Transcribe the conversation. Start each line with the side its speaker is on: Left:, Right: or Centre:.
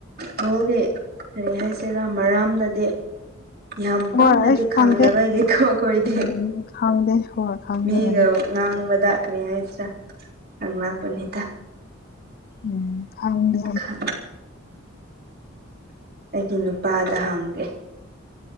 Right: ꯕꯣꯒꯤ ꯀꯔꯤ ꯍꯥꯏꯁꯤꯔꯥ ꯃꯔꯝꯅꯗꯤ ꯌꯥꯝ
Left: ꯍꯣꯏ
Right: ꯄꯥꯡꯅꯗꯤ
Left: ꯑꯩꯁꯨ
Right: ꯈꯪꯗꯕꯒꯤꯀꯣ
Left: ꯈꯪꯗꯦ
Right: ꯑꯩꯈꯣꯏꯗꯤ
Left: ꯎꯝ ꯈꯪꯗꯦ ꯍꯣꯏ ꯈꯪꯗꯕꯅꯤ
Right: ꯃꯤꯒ ꯅꯪꯪꯕꯗꯈꯔꯤ ꯍꯥꯏꯁ꯭ꯔꯥ ꯅꯪ ꯃꯥꯄꯅꯤꯗ
Left: ꯎꯝ ꯈꯪꯅ
Right: ꯈꯦ ꯑꯩꯒꯤ ꯅꯨꯄꯥꯗ ꯍꯥꯡꯒꯦ